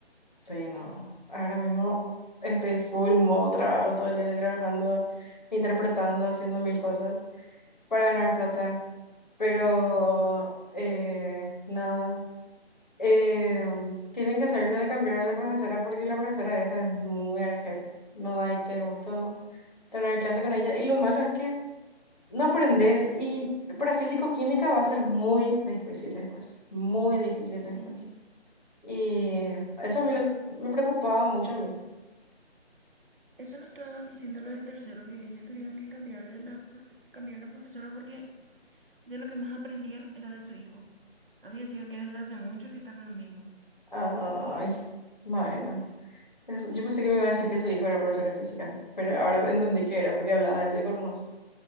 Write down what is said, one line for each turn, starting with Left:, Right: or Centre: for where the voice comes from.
Left: Sí, no. Ahora mismo estoy full modo trabajo, todo el día estoy trabajando, interpretando, haciendo mil cosas para ganar plata, pero eh, nada. Eh, tienen que hacerlo de cambiar a la profesora porque la profesora de esta es muy argel. No da y te gustó tener clase con ella. Y lo malo es que no aprendes y para físico-química va a ser muy difícil después. Muy difícil después.
Right: Sí.
Left: Y eso
Right: Y eso,
Left: a mí lo que me preocupaba mucho a mí.
Right: eso nos estaban diciendo los de tercero que ellos tuvieron que cambiarle la, pro- cambiar la profesora porque De lo que más aprendían era de su hijo. Había sido que desde hace mucho que está con lo mismo.
Left: Ay, bueno. Es- Yo pensé que me iba a decir que su hijo era profesor de física, pero ahora entendí que era porque hablaba de eso y con más.